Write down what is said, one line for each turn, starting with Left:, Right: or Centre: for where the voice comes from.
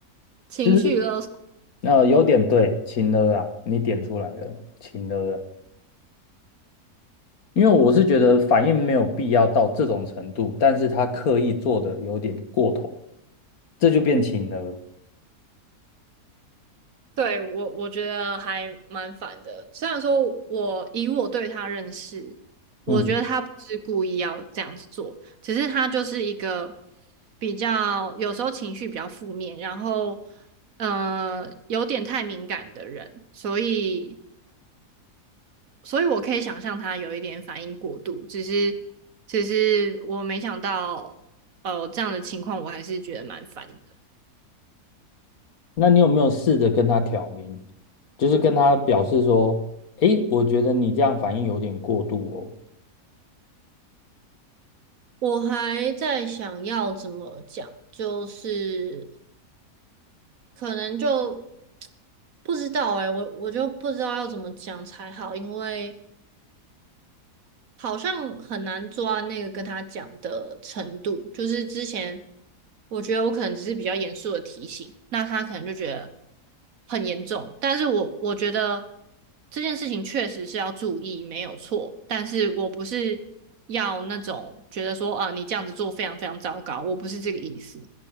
Right: 情绪勒索。
Left: 就是呃有点对，情勒啊，你点出来了，情勒啊。因为我是觉得反应没有必要到这种程度，但是他刻意做的有点过头，这就变情了。
Right: 对，我我觉得还蛮烦的。虽然说我以我对他认识，我觉得他不是故意要这样子做，
Left: 嗯，
Right: 只是他就是一个比较有时候情绪比较负面，然后呃有点太敏感的人，所以所以我可以想象他有一点反应过度，只是只是我没想到呃这样的情况，我还是觉得蛮烦的。
Left: 那你有没有试着跟他挑明，就是跟他表示说，诶，我觉得你这样反应有点过度哦。
Right: 我还在想要怎么讲，就是。可能就不知道诶、我我就不知道要怎么讲才好，因为好像很难抓那个跟他讲的程度。就是之前我觉得我可能只是比较严肃的提醒，那他可能就觉得很严重。但是我我觉得这件事情确实是要注意，没有错。但是我不是要那种觉得说，啊、你这样子做非常非常糟糕，我不是这个意思，